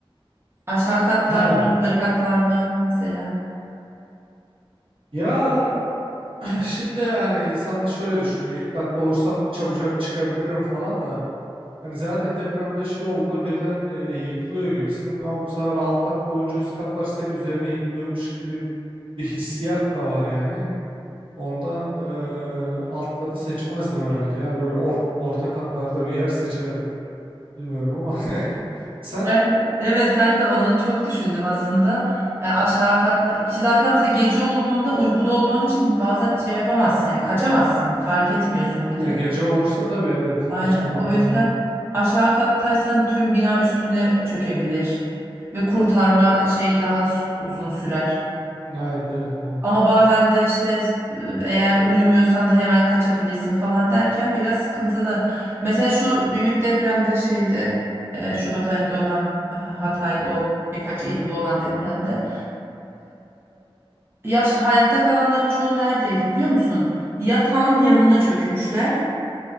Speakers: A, on the right; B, on the right.
A: Aşağı katlar
B: Ha
A: mı, yukarı katlar mı mesela?
B: ya <clears throat> şimdi hani insan şöyle düşünüyor dikkatli olursam çabucak çıkabilirim falan da. Hani zaten depremde şey olduğunda birden e, yıkılıyor gibisin ama bu sefer alt katta olunca üst katlar senin üzerine yıkılıyormuş gibi bir hissiyat da var yani. Ondan eee, alt katı seçmezdim herhalde ya. Böyle or- orta katlarda bir yer seçerdim. Bilmiyorum ama <laughs> sen
A: Ben evet ben de onu çok düşündüm aslında. Yani aşağı katla ki zaten mesela gece olduğunda uykuda olduğun için bazen şey yapamazsın yani kaçamazsın fark etmiyorsun bile.
B: e, gece olursa tabii evet
A: Aynen
B: kaçma imkanı
A: o yüzden
B: yok.
A: aşağı kattaysan tüm bina üstüne çökebilir ve kurtarma şeyi daha s- uzun sürer.
B: Evet evet evet.
A: Ama bazen de işte e, eğer uyumuyorsan da hemen kaçabilirsin falan derken biraz sıkıntılı. Mesela şu büyük depremde şeyde e, Şubat ayında olan e, Hatay o birkaç ilde
B: Evet.
A: olan depremde e, yaş hayatta kalanların çoğu neredeydi biliyor musun? Yatağın yanına çökmüşler